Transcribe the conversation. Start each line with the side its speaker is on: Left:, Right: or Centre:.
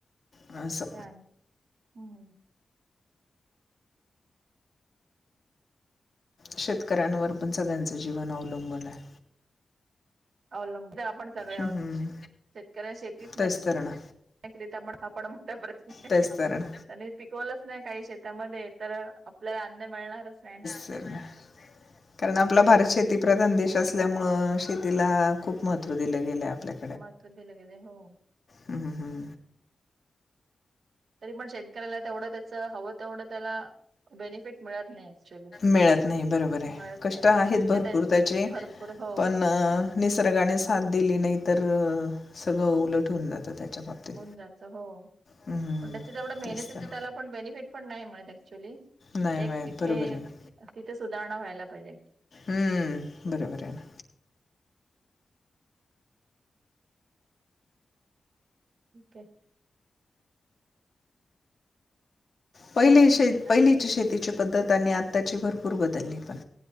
Left: असं
Right: या हूं!
Left: शेतकऱ्यांवर पण सगळ्यांचं जीवन अवलंबून आहे.
Right: अवलंब जे आपण सगळे आहोत
Left: हम्म, हम्म.
Right: शेतकऱ्यांनं शेतीच नाही
Left: तेच तर ना
Right: <unintelligible> हापण मोठा प्रश्न
Left: तेच
Right: त्यांने
Left: तर ना
Right: पिकवलच नाही काही शेतामध्ये तर आप ल्याला अन्न मिळणारच नाही ना.
Left: <unintelligible> कारण आपला
Right: काय
Left: भारत शेती प्रधान देश असल्यामुळं, शेतीला
Right: त्यामुळे
Left: खूप महत्त्व दिलं गेलं आपल्या.
Right: महत्त्व दिल गेलं हो.
Left: हूं हूं!
Right: तरी पण शेतकऱ्याला तेवढं त्याच हवं तेवढं त्याला बेनिफिट मिळत नाही. ऍक्च्युली
Left: मिळत नाही बरोबर आहे,
Right: मिळत
Left: कष्ट
Right: नाही
Left: आहेत
Right: तिथे
Left: भरपूर
Right: त्या
Left: त्याचे
Right: भरपूर हो
Left: पण निसर्गाने साथ दिली नाही तर सगळं उलट होऊन जातं त्याच्या बाबतीत.
Right: जायचं हो.
Left: हम्म,
Right: पण त्याची तेवढ मेहनत
Left: तेच
Right: येते,
Left: तर
Right: त्याला पण बेनिफिट पण नाही मिळत ॲक्च्युअली.
Left: नाही
Right: ते
Left: मिळत
Right: तिथे
Left: बरोबर आहे ना
Right: तिथे सुधारणा व्हायला पाहिजे.
Left: हूं
Right: ऍक्च्युली
Left: बरोबर
Right: ठीक
Left: आहे ना.
Right: <unintelligible>
Left: पहिली शे
Right: चालेल
Left: पहिलीची शेतीची पद्धत, आणि आत्ताची भरपूर बदलली पण.